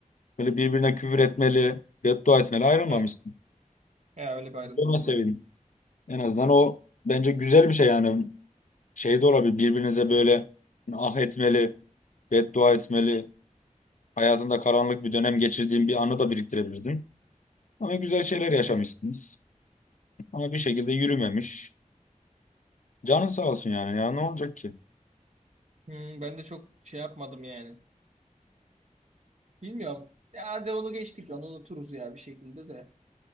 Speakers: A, on the left (about 65°); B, on the right (about 55°).
A: böyle birbirine küfür etmeli, beddua etmeli ayrılmamışsın.
B: Evet. Ya öyle bir ayrılma
A: Ona
B: olmadı.
A: sevin.
B: benim.
A: En azından o bence güzel bir şey yani. Şey de olabilir. Birbirinize böyle ah etmeli, beddua etmeli. Hayatında karanlık bir dönem geçirdiğin bir anı da biriktirebilirdin. Ama güzel şeyler yaşamışsınız.
B: Evet.
A: Ama bir şekilde yürümemiş. Canın sağ olsun yani ya ne olacak ki?
B: Hmm, ben de çok şey yapmadım yani. Bilmiyorum. Ya hadi onu geçtik onu unuturuz ya bir şekilde de.